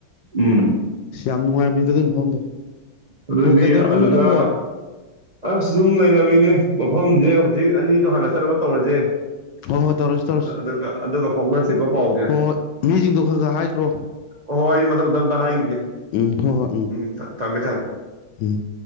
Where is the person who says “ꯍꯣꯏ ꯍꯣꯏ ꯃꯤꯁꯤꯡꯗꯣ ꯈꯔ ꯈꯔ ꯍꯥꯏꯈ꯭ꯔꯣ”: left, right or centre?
Left